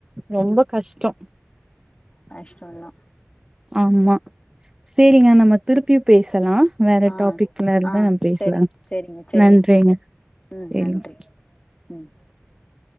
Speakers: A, on the right; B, on the left.
A: ரொம்ப கஷ்டோ
B: கஷ்டோ தா
A: ஆமா சேரிங்க நம்ம திருப்பியு பேஸ் சலா வேற
B: ஆ
A: டாபிக்ல இருந்து
B: ஆ
A: நம் பேசலாம்
B: செரி செரிங்க செரிங்க
A: நன்றிங்க
B: சிஸ்டர் ம்
A: <unintelligible>
B: நன்றி ம்